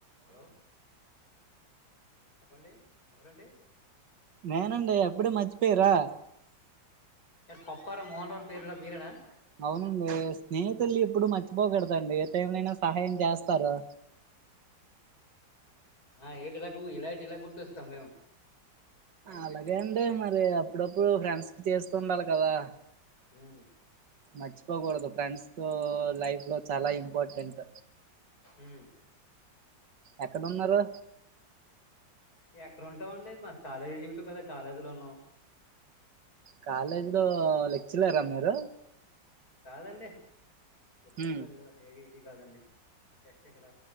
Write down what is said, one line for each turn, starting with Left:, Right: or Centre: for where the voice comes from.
Left: Hello చెప్పండి ఎవరండి
Right: నేనండి అప్పుడే మర్చిపోయిరా
Left: సార్ కొప్పార మోండవన్ పేరు వీరనా <unintelligible>
Right: అవునండి స్నేహితుల్ని ఎప్పుడు మర్చిపోగడదండి ఏ టైమ్నైనా సహాయం చేస్తారు
Left: ఆ ఏటిలాగ ఇలా ఇ ఇలా <unintelligible> గుర్తొస్తాం మేము ఏంటి
Right: అలాగే
Left: విషయం
Right: అండి మరి అప్పుడప్పుడు ఫ్రెండ్స్ కి చేస్తు ఉండాలి కదా
Left: ఉం
Right: మర్చిపోకూడదు ఫ్రెండ్స్ తో లైఫ్ లో చాలా ఇంపార్టెంట్
Left: ఉం
Right: ఎక్కడ ఉన్నారు
Left: ఎక్కడ ఉంటాం అండి మాది కాలేజీ జీవితాం కదా కాలేజీలో ఉన్నాం
Right: కాలేజీ లో లెక్చరర్ ఆ మీరు
Left: కాదండి లెక్చరర్
Right: హ్మ్,
Left: కాదు ఏధీ కాదండి జస్ట్ ఇక్కడ